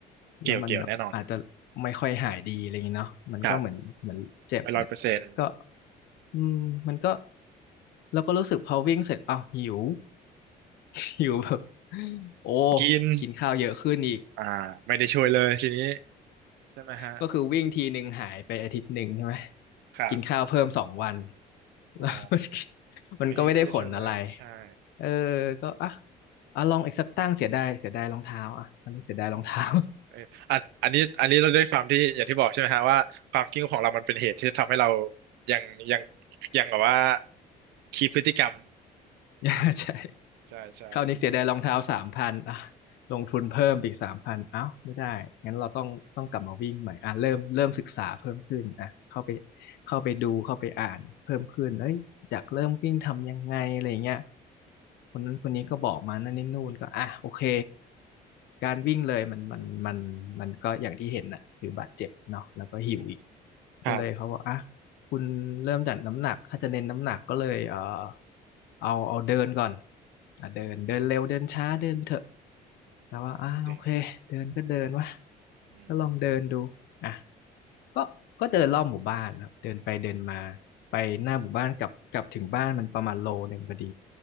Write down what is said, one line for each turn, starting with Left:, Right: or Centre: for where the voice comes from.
Right: เกี่ยวเกี่ยวแน่นอน
Left: แล้วมันแบบอาจจะไม่ค่อยหายดีอะไรอย่างเงี้ยเนาะมันก็เหมือนเหมือนเจ็บเนี่ยก็
Right: ครับไปร้อยเปอร์เซ็นต์
Left: อืมมันก็แล้วก็รู้สึกพอวิ่งเสร็จอ้าวหิว <laughs> หิวแบบโอ้
Right: กิน
Left: กินข้าวเยอะขึ้นอีก
Right: อ่าไม่ได้ช่วยเลยทีนี้ใช่ไหมฮะ
Left: ก็คือวิ่งทีหนึ่งหายไปอาทิตย์หนึ่งใช่ไหม
Right: ครับ
Left: กินข้าวเพิ่มสองวัน <laughs> แล้วมัน
Right: อ๋อ
Left: มันก็ไม่ได้ผลอะไร
Right: เพลงนี้ไม่ได้ช่วยเลยใช่
Left: เออก็อ่ะอ่ะลองอีกสักตั้งเสียดายเสียดายรองเท้าอ่ะตอนนี้เสียดายรองเท้า
Right: เอออันอันนี้ อันนี้เราด้วยความที่อย่างที่บอกใช่ไหมฮะว่าความคิดของเรามันเป็นเหตุที่ทำให้เรายังยังยังแบบว่าคีพพฤติกรรม
Left: <laughs> ใช่
Right: ใช่ใช่
Left: คราวนี้เสียดายรองเท้าสามพันอ่ะลงทุนเพิ่มไปอีกสามพันอ้าวไม่ได้งั้นเราต้องต้องกลับมาวิ่งใหม่อ่ะเริ่มเริ่มศึกษาเพิ่มขึ้นอ่ะเข้าไปเข้าไปดูเข้าไปอ่านเพิ่มขึ้นเอ้ยอยากเริ่มวิ่งทำยังไงอะไรอย่างเงี้ยคนนั้นคนนี้ก็บอกมานั่นนี่นู่นก็อ่ะโอเคการวิ่งเลยมันมันมันมันก็อย่างที่เห็นน่ะคือบาดเจ็บเนาะแล้วก็หิวอีก
Right: ครับ
Left: ก็เลยเขาบอกอ่ะ คุณเริ่มจากน้ำหนักถ้าจะเน้นน้ำหนักก็เลยเอ่อเอาเอาเดินก่อนอ่ะเดินเดินเร็วเดินช้าเดินไปเถอะแล้วว่าอ้าโอเคเดินก็เดินวะ
Right: อืมจริงอืม
Left: ก็ลองเดินดูอ่ะก็ก็เดินรอบหมู่บ้านนะครับเดินไปเดินมาไปหน้าหมู่บ้านกลับกลับถึงบ้านมันประมาณโลหนึ่งพอดี